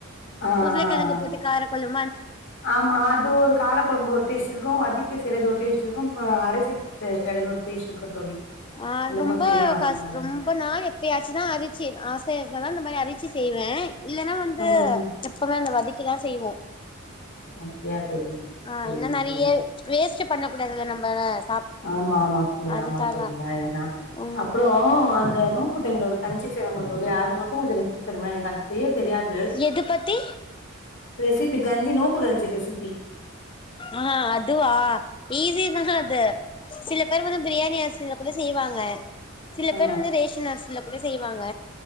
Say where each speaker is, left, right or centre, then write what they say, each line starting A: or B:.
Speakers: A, on the left; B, on the left.
A: ஆ
B: உருள
A: ஆ
B: கெழங்க
A: ஆ
B: என்ன கொழம்
A: ஆமா அது ஒரு காரக்கொழம்பு ஒரு டேஸ்ட் இருக்கு அதுக்கு பிறகு ஒரு டேஸ்ட் வச்சிருக்கோ இப்ப அடச்சீட்டு பெறகு ஒரு டேஸ்ட் இருக்கு தோழி
B: ஆஹ்
A: எனக்கு
B: ரொம்ப
A: தெரியு அந்த
B: காஸ்
A: மாரி
B: ரொம்ப நாள் எப்பயாச்சுதா அவுச்சி ஆசைய முன்னால இந்தமாரி அவிச்சி செய்வே இல்லனா வந்து
A: ம் ம்
B: <inaudible> வதக் தா செய்வோ
A: அப்டியா தோழி
B: ஆ
A: சேரிங்க
B: இன்னு நெறைய
A: தோழி
B: வேஸ்ட் பண்ணக் கூடாதுல நம்ம <unintelligible>
A: ஆமா
B: அதுக்காக
A: ஆமா <unintelligible>
B: ம்
A: அப்றோ அந்த நோம்பு டைம்ல ஒரு கஞ்சி செய்வாங்னு தோங அது மட்டு கொஞ்ச ரெசிபி சொல்லி தர முடியுமா அது செய்ய தெரியாது
B: எது பத்தி
A: ரெசிப் கஞ்சி நோம்பு கஞ்சி ரெசிப்பி
B: ஆஹ் அதுவா ஈஸிதா அது சில பேர் வந்து பிரியாணி அரிசில கூட செய்வாங்க சில
A: ஆ
B: பேர் வந்து ரேஷன் அரிசில கூட செய்வ் வாங்க